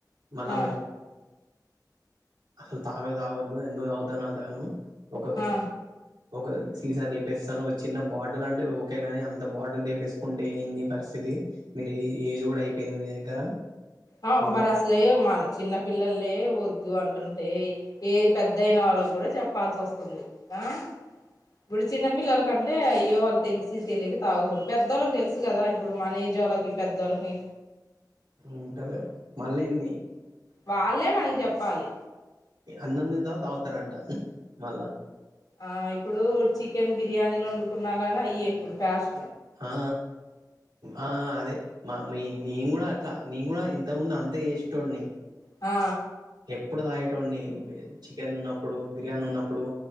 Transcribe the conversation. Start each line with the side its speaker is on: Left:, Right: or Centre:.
Right: మలామ
Left: ఆ
Right: అలు తగద్ ఆవద్దు ఎందుకు తాగుతావు అంతగాను ఒక
Left: ఆ
Right: ఒక సీసా లేపేస్తాను ఒక చిన్న బాటిల్ అంటే ఓకే గాని అంత బాటిల్ లేపేసుకుంటే ఏంది పరిస్థితి మీరు ఏ ఏజ్ కూడా అయిపోయింది మీ దగ్గర
Left: ఆ
Right: ఇంకా
Left: మరి అసలే మన చిన్న పిల్లలే వద్దు అంటుంటే ఏ పెద్దయిన వాళ్ళకి కూడా చెప్పాల్సి వస్తుం స్తుంది ఆ ఇప్పుడు చిన్న పిల్లల అంటే అయ్యో వాళ్ళు తెలిసి తెలియక తాగుతురు పెద్దవాళ్ళకి తెలుసు కదా ఇప్పుడు మన ఏజ్ వాళ్ళకి పెద్దలకి
Right: ఉంటలే మళ్ళీ ఇన్ని
Left: వాళ్ళే మనకి చెప్పాలి
Right: అన్నం తిన్నా తవాత తాగుతారంట మళ్ళా
Left: ఆ ఇప్పుడు చికెన్ బిర్యానీలు వండుకున్నా గాని అయ ఇప్పుడు ఫ్యాష
Right: ఆ ఆ అదే మా మీ నీను కూడా అట్లా నీ కూడా ఇంతముందు అంతే చేసేటోడ్ని
Left: ఆ
Right: ఎప్పుడు తాగేటోని చికెన్ ఉన్నప్పుడు బిర్యానీ ఉన్నప్పుడు